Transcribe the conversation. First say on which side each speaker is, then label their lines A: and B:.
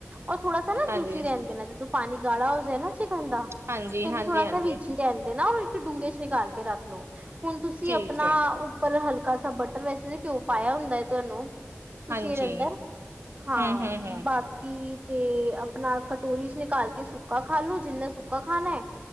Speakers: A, on the right (about 30°); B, on the right (about 60°).
A: ਔ ਥੋੜਾ ਸਾ ਨਾ
B: ਹਾਂਜੀ
A: ਜੂਸੀ ਰੈਣ ਦੇਨਾ, ਜਦੋਂ ਪਾ ਪਾਣੀ ਗਾੜਾ ਹੋ ਜਏ ਨਾ ਚਿਕਨ ਦਾ ਤੇ
B: ਹਾਂਜੀ
A: ਓਨੂੰ
B: ਹਾਂਜੀ
A: ਥੋੜਾ
B: ਹਾਂਜੀ
A: ਸਾ ਵਿਚ ਈ ਰੈਣ ਦੇਨਾ। ਤੇ ਡੂੰਘੇ ਚ ਨਿਕਾਲ ਕੇ ਰੱਖ ਲੋ। ਹੁਣ ਤੁਸੀਂ
B: ਠੀਕ
A: ਅਪਣਾ
B: ਹੈ
A: ਉੱਪਰ ਹਲਕ ਕਾਸਾ ਬਟਰ ਵੈਸੇ ਘਿਉ ਪਾਇਆ ਹੁੰਦਾ ਹੈ ਤੁਹਾਨੂੰ ਤੁਸੀਂ
B: ਹਾਂਜੀ
A: ਐਦੇ ਅੰਦਰ--ਹਾਂ,
B: ਹਮ ਹਮ ਹਮ
A: ਬਾਕ ਤੇ ਆਪਣਾ ਕਟੋਰੀ ਚ ਨਿਕਾਲ ਕੇ ਸੁੱਕਾ ਖਾਲੋ, ਜਿੰਨਾ ਸੁੱਕਾ ਖਾਣਾ ਹੈ।